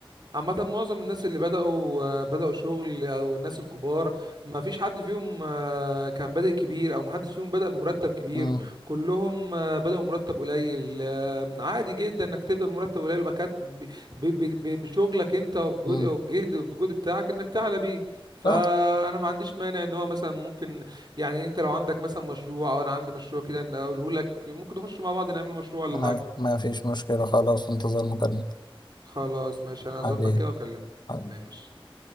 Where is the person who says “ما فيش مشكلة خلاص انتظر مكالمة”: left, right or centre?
Left